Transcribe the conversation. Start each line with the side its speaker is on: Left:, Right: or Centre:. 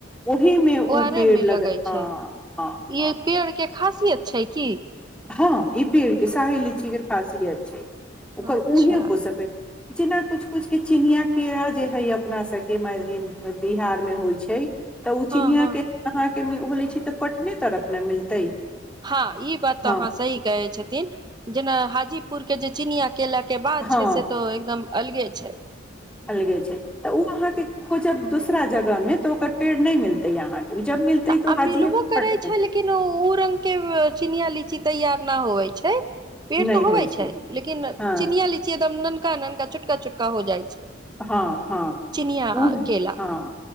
Centre: ओहिमे ओ
Right: ओआरे
Centre: पेड़
Right: मे लगै
Centre: लग हाँ
Right: छै
Centre: हाँ
Right: ई
Centre: हाँ
Right: पेड़ के खासियत छै कि
Centre: हाँ ई पेड़ के शाही लीची के खासियत छै ओकर
Right: अच्छा
Centre: ऊहे हो सकै जेना कुछ कुछके चिनिया केरा जे हइ अपना सबके मानले बिहारमे होय छै तऽ ओ
Right: हँ
Centre: चिनियाँके
Right: हँ
Centre: अहाँके होलै छै तऽ पटने तरफ ने मिलतै
Right: हाँ ई बात तऽ
Centre: हँ
Right: अहाँ सही कहै छथिन जेना हाजीपुर के जे चिनिया केला के बाद
Centre: हँ
Right: छै से तो एकदम अलगे छै
Centre: अलगे छै तऽ उ अहाँके खोजब दूसरा जगह मे तऽ ओकर पेड़ नहि मिलतै अहाँके जब मिलतै
Right: त
Centre: तऽ
Right: आ मिलबो
Centre: हाजिए
Right: करे
Centre: पट
Right: छै लेकिन उ रंग के चिनिया लीच तैयार नहि होवे छै पेड़
Centre: नहि
Right: तऽ होवे
Centre: होइ
Right: छै लेकिन
Centre: हँ
Right: चिनिया लीची एकदम ननकी का ननका छोटका छोटका हो जाइ छै
Centre: हाँ हाँ
Right: चिनिया
Centre: उहे
Right: केला
Centre: हाँ